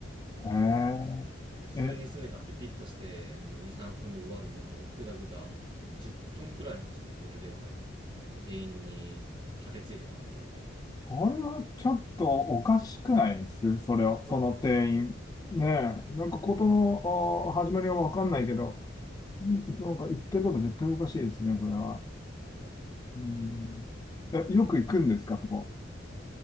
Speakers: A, on the left; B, on the right.
A: い。
B: 普通にすねがピピッとして、
A: へえ、え、
B: もう2、3分で終わるものをぐだぐだ10分くらいなんかそれでなんか店員に立てついてたんで、
A: それはちょっとおかしくないですそれを、
B: あもうおかしいですね。
A: その店員。ねえ、なんかことの、あ始まりはわかんないけど、んなんか言ってること絶対おかしいですね、それは。
B: うん
A: うん。え、よく行くんですか、
B: いや
A: そこ。